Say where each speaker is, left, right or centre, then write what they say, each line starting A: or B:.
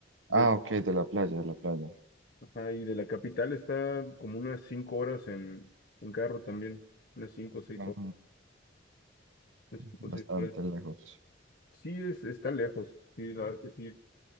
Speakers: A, on the left (about 50°); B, on the right (about 80°).
A: De,
B: Ah, ok, de la playa, de la playa.
A: ajá, y de la capital está como unas cinco horas en, en carro también. Unas cinco o seis
B: Ajá,
A: horas. Unas cinco
B: bastante
A: o seis horas.
B: lejos.
A: Sí, es, está lejos. Sí, la verdad que sí.